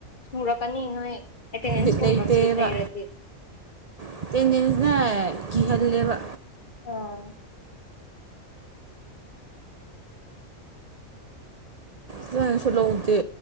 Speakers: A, on the left (about 40°); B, on the right (about 40°).
A: ꯁꯨꯔꯛꯀꯅꯤ ꯅꯣꯏ ꯑꯦꯇꯦꯟꯗꯦꯟꯁꯀꯨꯝꯕꯒꯤ
B: ꯕꯤꯠ ꯂꯩꯇꯦꯕ
A: ꯂꯩꯔꯗꯤ
B: ꯑꯦꯇꯦꯟꯗꯦꯟꯁꯅ ꯀꯤꯍꯜꯂꯦꯕ
A: ꯑꯥ
B: ꯐꯖꯅꯁꯨ ꯂꯧꯗꯦ